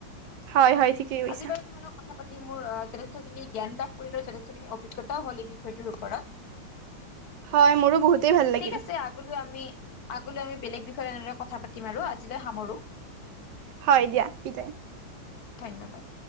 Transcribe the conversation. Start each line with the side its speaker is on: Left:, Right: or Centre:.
Right: হয় হয় ঠিকেই কৈছা
Left: আজি বাৰু তোমালোক কথা পাতি। মোৰ যথেষ্টখিনি জ্ঞান লাভ কৰি যথেষ্টখিনি অভিজ্ঞতাও হ'ল এই বিষয়টোৰ ওপৰত।
Right: হয় মোৰো বহুতেই ভাল লাগিল
Left: ঠিক আছে আগলৈ আমি। আগলৈ আমি বেলেগ বিষয়ে এনেদৰে কথা পাতিম আৰু আজিলৈ সামৰো।
Right: হয় দিয়া বিদায়।
Left: ধন্যবাদ।